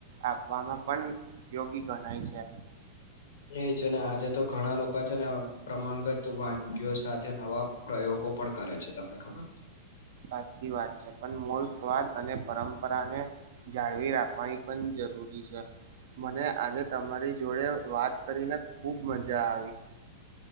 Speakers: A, on the right; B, on the left.
A: આપવામાં પણ ઉપયોગી ગણાય છે
B: એ છે ને આજા તો ઘણા લોકો છે ને પ્રમાંંગત વાનગીઓ સાથે નવા પ્રયોગો પણ કરે છે તમને ખબર
A: સાચી વાત છે પણ મોલ સ્વાદ અને પરંપરાને જાળવી રાખવાની પણ જરૂરી છે મને આજે તમારી જોડે વાત કરીને ખૂબ મજા આવી